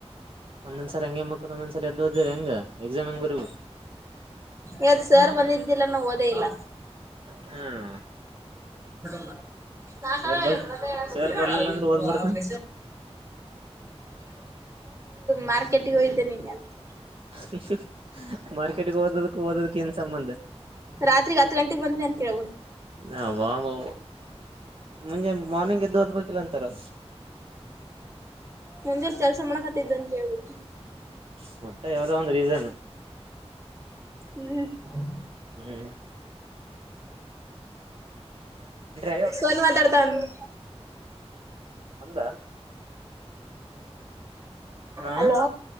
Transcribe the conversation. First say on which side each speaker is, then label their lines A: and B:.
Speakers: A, on the right; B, on the right.
A: ಒಂದ ಸಲ ಅಂಗೆಮಂದ ಸ ದ ಹೆಂಗ ಎಕ್ಸಾಮ್ ಹೆಂಗ್ ಬರ
B: ಯತ್ ಸರ್ ಬಂದಿದ್ದಿಲ್ಲ ನಾ ಓದೇ ಇಲ್ಲ
A: ಹ್ಮ್
B: ಳ ಬಾಲ
A: ಸರ್ ಬರ್ ಸರ್ ಬರ್ಲಿಲ್ಲ ಅಂದ್ರೆ ಓದ್ಬಾರ್ದ
B: ಮಾರ್ಕೆಟಗ ಹೋಯ್ದೆ ನಿನ್ನೆ ಅಂತ
A: <unintelligible> ಮರಿ ತಡ್ಕೊಬೇಕು ಓದಕ್ಕೆ ಏನ್ ಸಂಬಂಧ.
B: ರಾತ್ರಿಗ್ ಹತ್ ಗಂಟೆಗ್ ಬಂದ್ನಿ ಅಂತ ಹೇಳ್ಬಿಡ್
A: ಯಾವಾಗದು ಮುಂಜೆ ಮಾರ್ನಿಂಗ್ ಎದ್ದು ಓದ್ಬೇಕಲ್ಲ ಅಂತಾರೆ.
B: ಮುಂಜಾನೆ ಕೆಲಸ ಮಾಡಾಕತ್ತಿದೆ ಆಂಟಿ.
A: ಸೊಪ್ಪು ವಾದ ಅಂದ್ರೆ ಇದೇನೇ.
B: ಹ್ಮ್
A: ಹೇಳಿ ಆಗ್ಯಾವ
B: ಸನಿವಾರದವರ್ ಬಂದ್. <inaudible>
A: ಅಂದ ಹಾ
B: ಹಲೋ